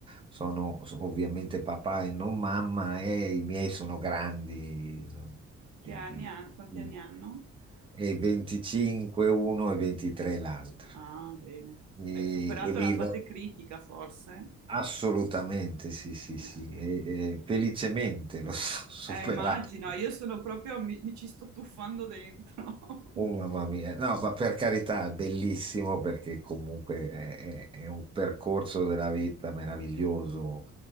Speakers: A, on the right; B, on the right.
A: sono so- ovviamente papà e non mamma e i miei sono grandi, no?
B: che
A: di,
B: anni
A: di-
B: hanno? Quanti
A: di-
B: anni hanno?
A: e 25 uno e 23 l'altro.
B: Ah, bene.
A: E,
B: Hai superato
A: e
B: la
A: vivo.
B: fase critica, forse?
A: Assolutamente, sì, sì, sì,
B: Eh,
A: e, e felicemente l'ho <laughs> so- superato.
B: Eh, immagino, io sono proprio, mi, mi ci sto tuffando dentro.
A: Oh mamma mia, no, ma per carità, è bellissimo perché comunque è, è- è un percorso della vita meraviglioso,